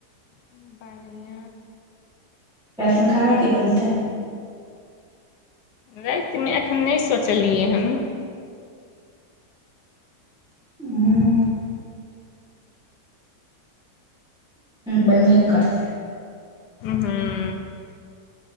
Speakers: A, on the left; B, in the centre.
A: <unintelligible>
B: राति मे खाना की बनतै?
A: रातिमे एखन नहि सोचलियै हन
B: <unintelligible>
A: ृ‌‍ <inaudible>
B: बर नहि कट
A: <unintelligible>